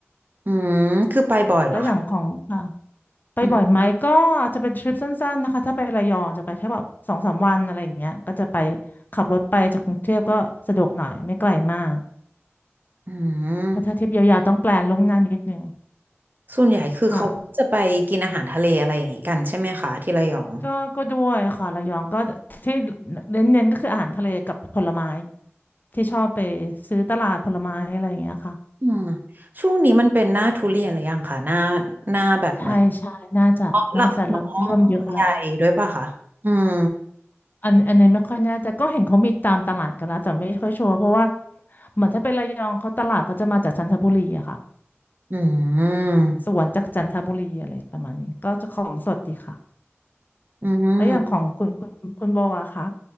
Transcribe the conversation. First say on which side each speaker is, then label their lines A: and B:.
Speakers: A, on the right (about 40°); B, on the left (about 40°).
A: อืมคือไปบ่อยเหรอคะ
B: แล้วอย่างของค่ะ ไปบ่อยไหมก็จะเป็นทริปสั้นๆนะคะถ้าไประยองจะไปแค่แบบสองสามวันอะไรอย่างเงี้ยก็จะไป
A: อืม
B: ขับรถไปจากกรุงเทพก็สะดวกหน่อยไม่ไกลมาก
A: อืม
B: ก็ถ้าทริปยาวๆต้องแพลนล่วงหน้านิดนึง
A: ส่วนใหญ่คือเขาจะไปกินอาหารทะเลอะไรอย่างงี้กันใช่ไหมคะที่ระยอง
B: ค่ะก็ก็ด้วยค่ะระยองก็ที่เน้นๆก็คืออาหารทะเลกับผลไม้ที่ชอบไปซื้อตลาดผลไม้อะไรอย่างเงี้ยค่ะ
A: อืมช่วงนี้มันเป็นหน้าทุเรียนหรือยังคะหน้าหน้าแบบเหมือน
B: ใช่ใช่น่าจะน่าจะเริ่มเริ่มเยอะละ
A: อ๋อละเนาะใหญ่ด้วยป่ะคะอืม
B: อันอันนี้ไม่ค่อยแน่ใจก็เห็นเขามีตามตลาดกันแล้วแต่ไม่ค่อยชัวร์เพราะว่าเหมือนถ้าเป็นระยองเขาตลาดก็จะมาจากจันทบุรีอะค่ะ
A: อืม
B: สวนจากจันทบุรีอะไรประมาณนี้ก็จะของสดดีค่ะ
A: อืม
B: แล้วอย่างของคุณคุณคุณโบอะคะ